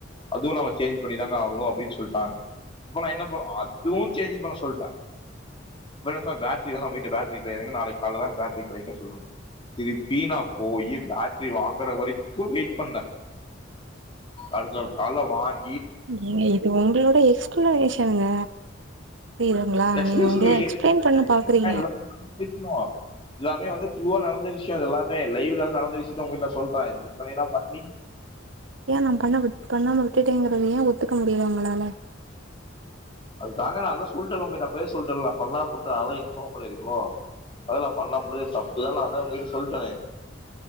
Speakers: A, on the left; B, on the right.
A: அதுவும் நாம சேஞ்ச் பண்ணிதாங்க ஆகணும் அப்டின் சொல்டாங்க அப்ப நா என்ன பண்ண அதுவும் சேஞ்ச் பண்ண சொல்ட <unintelligible> பேட்டரி வந்து நம்மகிட்ட பேட்ரி கடையாதுங்க நாளைக் கால்ல தா பேட்டரி கெடைக்கு சொல்லணு திருப்பி நா போயி பேட் ட்ரி வாங்கற வரைக்கும் வெயிட் பண்ண அடுத்த நாள் கால்ல வாங்
B: ஏங்க இது உங்களோட எக்ஸ்பிளோனேஷனுங்க புரிதுங்ளா
A: எக்ஸ்பிளேஷன்
B: நீங்க உங்ளே
A: இல்லைங்க
B: எக்ஸ்பிளைன் பண்ண பாக்றீங்க
A: இதெல்லாம் நடந்த விஷயம். எல்லாமே வந்து ட்ரூவா நடந்த விஷ்யோ இது எல்லாம் வேல் லைவ்ல வந்து நடந்த விஷ் திட்னவ்ங்க வீட்ல சொல்ட இத் இத்தனைனா பண்ணி
B: ஏ நா பண்ண விப் பண்ணாம விட்டுட்டேங்கறத ஏ ஒத்துக்க முடியல உங்களால
A: அது தாங்க நா அத சொல்டல உங்கட்ட அப்பவே சொல்டல நா பண்ணலாமுன் அதா இப்போ பண்ணிருக்கணு அதெல்லா பண்ணா போது தப்பு தான அதா உங்கட்ட நா சொல்டனே